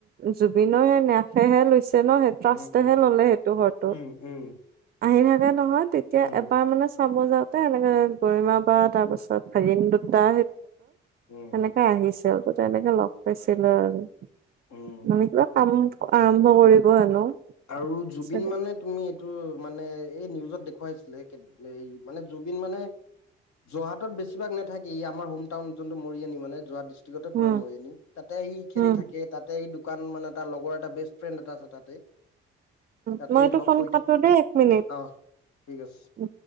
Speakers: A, on the right; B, on the left.
A: জুবিনৰ সে নফেহে লৈছে জুবিনৰ সেই তষ্টহে
B: উম, উম,
A: ললে সেইটো ঘৰটো
B: উম, উম, উম,
A: আহি থাকে নহয় তেতিয়া
B: উম,
A: এবাৰ মানে চাব যাওঁতে এনেকে গৰিমা বা তাৰ পিছত ভাগিন দুটা
B: উম,
A: এনেকাই আহিছো ত তেনেকে লগ পাইছিলো আৰু
B: উম।
A: নমি কিবা কাম আৰম্ভ কৰিব হেনো
B: আৰু জুবিন
A: চাগে।
B: মানে তুমি এইটো মানে এই নিউজত দেখুৱাইছিলে এই মানে জুবিন মানে যোৰহাটত বেছিভাগ নাথাকি আমাৰ হোম টাউন যোনটো মৰিয়নি মানে যোৰহাট যোৰহাটত
A: উম
B: পৰে মৰিয়নি তাতে সি খেলি
A: উম
B: থাকে তাতে সি দোকান মানে তাৰ লগৰ এটা বেষ্ট ফ্ৰেণ্ড এটা আছে তাতে
A: উ
B: তাতে
A: মইটো
B: সি লগ
A: ফোন
B: কৰি
A: কটো দেই এক মিনিট
B: অ ঠিক আছে
A: উ